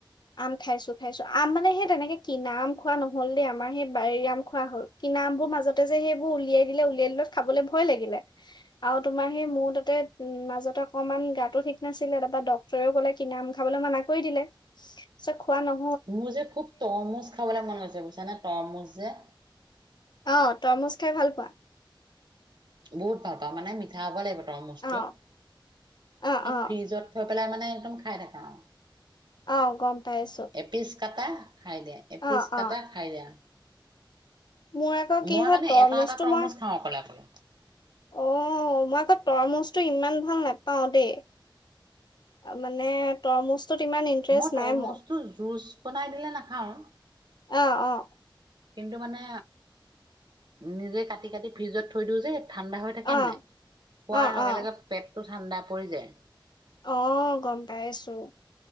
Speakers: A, on the left; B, on the right.
A: আম খাইছো উঠাইছো আম মানে সেই তেনেকে কিনা আম খোৱা নহল দেই আমাৰ সেই বাৰীৰ আম খোৱা হল। কিনা আমবোৰ মাজতে যে সেইবোৰ উলিয়াই দিলে উলিয়াই দিলে খাবলৈ ভয় লাগিলে আৰু তোমাৰ সেই মোৰ তাতে উম মাজতে অকনমান গা ঠিক নাছিলে তাৰপা ডক ৰেও কলে কিনা আম খাবলে মানা কৰি দিলে পিছত খোৱা ন
B: মোৰ যে খুব তৰমুজ খাবলৈ মন গৈছে বুজছানে তৰমুজ যে
A: অ তৰমুজ খাই ভাল পোৱা?
B: বহুত ভাল পাওঁ মানে মিঠা হব লাগিব। তৰমুজটো
A: অ অ অ
B: ফ্ৰিজত থৈ পেলাই মানে একদম খাই থাকা আৰু
A: অ গম পাইছো।
B: এপিচ কাটা খাই দিয়া এপিচ
A: অ
B: কাটা
A: অ
B: খাই দিয়া
A: মোৰ আকৌ কি
B: মই
A: হয়
B: মানে
A: তৰমুজটো
B: এটা এটা তৰমুজ
A: মই
B: খাওঁ অকলে অকলে
A: অ মই আকৌ তৰমুজটো ইমান ভাল নাপাও দেই। মানে তৰমুজ টো ইমান ইন্টাৰেষ্ট
B: মই তৰমুজটো
A: নাই মোৰ।
B: জুচ বনাই দিলে নাখাওঁ।
A: অ অ
B: কিন্তু মানে নিজে কাটি কাটি ফ্ৰিজত থৈ দিওঁ যে ঠাণ্ডা হৈ কিনে
A: অ',
B: নাই খোৱাৰ
A: অ',
B: লগে
A: অ',
B: লগে পেটটো ঠাণ্ডা পৰি যায়।
A: অ', গম পাই আছোঁ।